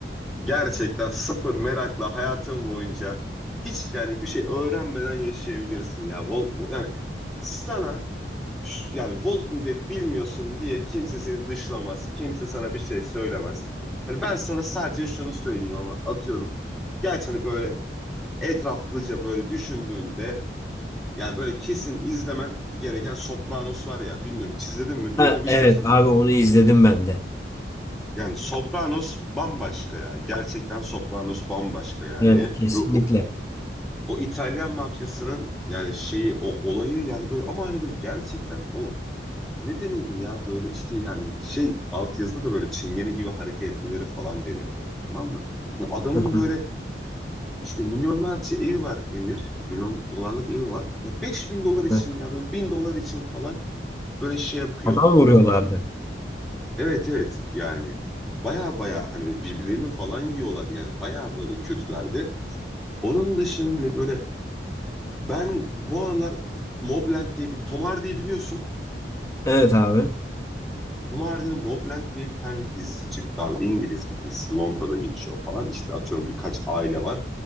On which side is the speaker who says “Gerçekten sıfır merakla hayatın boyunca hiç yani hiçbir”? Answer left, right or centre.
Centre